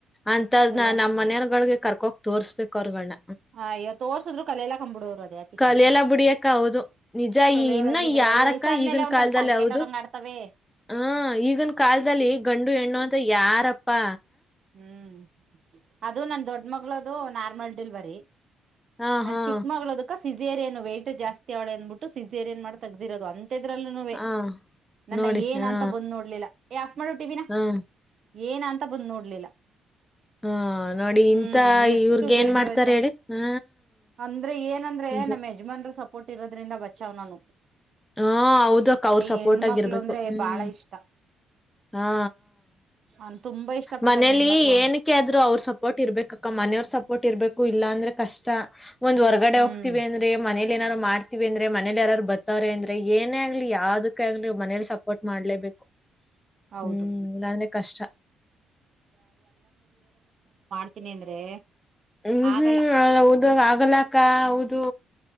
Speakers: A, on the left; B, on the right.
A: ಅಂತ್
B: ಅಯ್ಯೋ
A: ನ ನಮ್ಮ ಮನೆಯವಗಳಗೆ ಕರ್ಕೊ ತೋರ್್ಬೇಕು ಅವರ್ವಣ್ಣ
B: ಹ ಇವತ್ತುೋರ್ಸಿದ್ರು ಕಲೆೆಲ್ಲ ಕ್ಬಿಡೋರು ಅದೇ ಅತಕ್ಕೆ
A: ಕಲಿಯಲ್ಲ ಬಿಡಿಯಕ್ಕ ಹೌದು ನಿಜ
B: ಕಲೆಯೋರಾಗಿದ್ರೆ
A: ಈ ಇನ್ನ ಯಾರಕ್ಕ
B: ವಯಸ್ಸಾದ್ಮೇಲೆ
A: ಈಗಿನ
B: ಒಂಥರ
A: ಕಾಲದಲ್ಲಿ
B: ತಲ್ಕೆಟ್ಟೋರಂಗ
A: ಹೌದು
B: ಆಡ್ತವೆ
A: ಹ ಈಗಿನ ಕಾಲದಲ್ಲಿ ಗಂಡು ಹೆಣ್ಣು ಅಂತ ಯಾರಪ್ಪ ಪ್ಪಾ
B: ಹ್ಮ್ ಅದು ನನ್ ದೊಡ್ಡ ಮಗಳದು ನಾರ್ಮಲ್ ಡಿಲ್ವರಿ
A: ಹಾ
B: ನನ್
A: ಹಾ
B: ಚಿಕ್ಕ ಮಗ್ಳೋದಕ್ಕ ಸಿಜೇರಿಯನ್ನು ವೈಟ್ ಜಾಸ್ತಿ ಅವಳ ಅಂದ್ಬಿಟ್ಟು ಸಿಜೇರಿಯನ್ ಮಾಡಿ ತೆಗಿರೋದು ಅಂತ ತ್ತ ಇದ್ರಲ್ಲೇ
A: ಹಾ
B: ನನ್ನ
A: ನೋಡಿ
B: ಏನ
A: ಹಾ
B: ಅಂತ ಬಂದ್ ನೋಡ್ಲಿಲ್ಲ ಏ ಆಫ್ ಮಾಡ ಟಿವಿನ
A: ಹಾ
B: ಏನ ಅಂತ ಬಂದ್ ನೋಡಿ ಇಳ್ಳಿಲ್ಲ
A: ಹಾ ನೋಡಿ
B: ಹ್ಮ್
A: ಇಂಥ
B: ಎಷ್ಟು
A: ಇವ್ರಿಗೇನ್
B: ಬೇಜಾರಾಯ್ತ
A: ಮಾಡ್ತಾರೆ ಹೇಳಿ? ಹಾ.
B: ಅಂದ್ರೆ ಏನಂದ್ರೆ
A: ನಿಜ.
B: ನಮ್ಮ ಯಜಮಾನ್ರು ಸ್ವಲ್ ಕೊಟ್ಟಿರೋದ್ರಿಂದ ಬಾವ್ ನಾನ
A: ಹಾ ಹೌದ ಅಕ್ಕ ಅವ್ರ ಸಪೋರ್ಟ್
B: ಹೆಣ್ಮಕ್ಳು
A: ಆಗಿರ್ಬೇಕು
B: ಅಂದ್ರೆ
A: ಹ್ಮ್
B: ಬಾಳ ಇಷ್ಟ
A: ಹಾ
B: ಅವ್ನ್ ತುಂಬಾ ಇಷ್ಟ ಪಡ್ತಾನೆ
A: ಮನೇಲಿ
B: ಹೆಣ್ಮಕ್ಳು ಅಂದ್ರೆ
A: ಏನಕ್ಕೆ ಆದ್ರು ಅವ್ರ ಸಪೋರ್ಟ್ ಇರ್ಬೇಕಕ್ಕ ಮನೆಯವ್ರ ಸಪೋರ್ಟ್ ಇರ್ಬೇಕು ಇಲ್ಲ ಕಷ್ಟ ಒಂದ್ ಹೊರ್ಗಡೆ
B: ಹ್ಮ್
A: ಹೋಗ್ತಿವಿ ಅಂದ್ರೆ ಮನೇಲಿ ಏನಾರ್ರು ಮಾಡ್ ಅಂದ್ರ ಮನೆಲ್ಲಿ ಯಾರು ಬ ಾರೆ ಅಂದ್ರೆ ಏನ್ ಯಾವ್ದಕ್ಕ ಆಲಿ ಮನೇಲಿ ಸಪೋರ್ಟ್ ಮಾಡ್ಲೇಬೇಕು
B: ಹೌದು
A: ಹ್ಮ್ ಇಲ್ಲಾಂದ್ರೆ ಕಷ್ಟ
B: ಹನಿ ಅಂದ್ರೆ
A: ಹ್ಮ್ ಹ್ಮ್
B: ಆಗಲ್ಲ
A: ಹೌದು ಆಗಲಕ್ಕ ಹೌದು